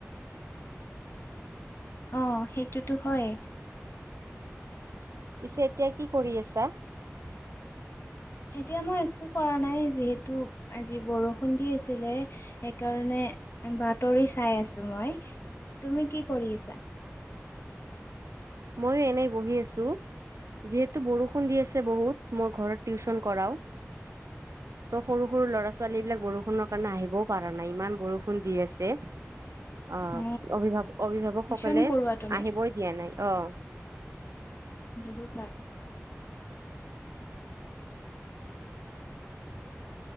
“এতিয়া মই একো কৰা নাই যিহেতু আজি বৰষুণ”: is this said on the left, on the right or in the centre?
Left